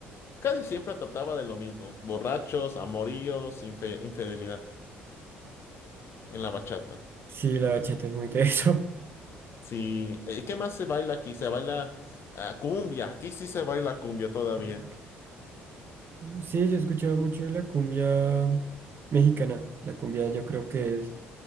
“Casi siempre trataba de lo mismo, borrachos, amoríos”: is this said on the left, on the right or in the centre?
Left